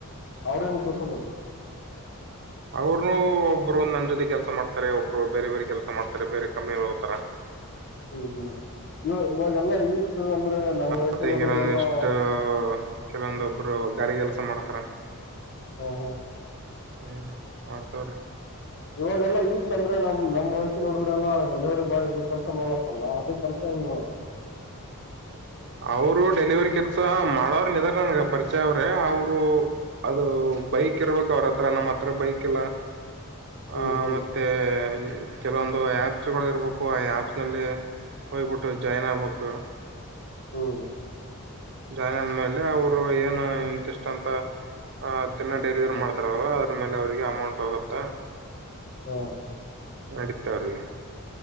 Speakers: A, on the left; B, on the right.
A: ಅವ್ರುನೇ ಕೆಲಸ ನೋಡ್ತಾರ
B: ಅವ್ರು ಒಬ್ರು ನನ್ನ ಜೊತೆ ಕೆಲಸ ಮಾಡ್ತಾರೆ ಒಬ್ರು ಬೇರೆ ಬೇರೆ ಕೆಲಸ ಮಾಡ್ತಾರೆ ಬೇರೆ ಕಂಪನಿಗ ಹೋಗ್ತಾರ
A: ಹ್ಮ್ ಹ್ಮ್ ಇವ ಇವಾಗೆಲ್ಲಾ ಯೂತ್ಸ್ ಅಂದ್ರೆ ನಮ್ಮ್ ವಯಸ್ಸಿನ
B: ಮತ್ತೆ
A: ಹುಡುಗರೆಲ್ಲಾ
B: ಕೆಲವೊಂದಿಷ್ಟು ಕೆಲವೊಂದೊಬ್ರು ಗಾರೆ ಕೆಲಸ ಮಾಡ್ತಾರೆ.
A: ಹ ಹಾ
B: ಹ್ಮ್ ಮಾಡ್ತವ್ರೆ
A: ಇವಾಗೆಲ್ಲ ಯೂತ್ಸ್ ಅಂದ್ರೆ ನಾವು ನಮ್ ವಯಸ್ಸಿನ ಹುಡುಗರೆಲ್ಲ ಡೆಲಿವರಿ ಬಾಯ್ಸ್ ಕೆಲ್ಸ ಮಾಡ್ಲತ್ತಲ್ಲ ಅದು ಕೆಲಸ ಹೆಂಗ್ ಹೌ
B: <unintelligible> ಅವರು ಡೆಲಿವರಿ ಕೆಲಸ ಮಾಡೋರ್ ಇದ್ದಾರೆ ನನಗೆ ಪರಿಚಯ ಅವ್ರೆ ಅವರು ಅದು ಬೈಕ್ ಇರಬೇಕು ಅವ್ರ ಹತ್ರ ನಮ್ಮ್ ಹತ್ರ ಬೈಕ್ ಇಲ್ಲ
A: ಹ್ಮ್
B: ಆ
A: ಹ್ಮ್
B: ಮತ್ತೆ ಬೈ ಕೆಲವೊಂದು ಆ್ಯಪ್ಸ್ ಗಳು ಇರಬೇಕು ಆ ಆಪ್ಸ್ ಅಲ್ಲಿ ಹೋಗ್ಬಿಟ್ಟು ಜಾಯಿನ್ ಆಗ್ಬೇಕು.
A: ಹ್ಮ್
B: ಜಾಯಿನ್ ಆದ್ಮೇಲೆ ಅವರು ಏನು ಇಂತಿಸ್ಟ್ ಅಂತ ಆ ದಿನ ಡೆಲಿವರಿ ಮಾಡ್ತಾರಲ್ಲ ಅದ್ರ ಮೇಲೆ ಅವರಿಗೆ ಅಮೌಂಟ್ ಹೋಗುತ್ತೆ.
A: ಹಾ
B: ನಡೆತ್ ಅವರಿಗೆ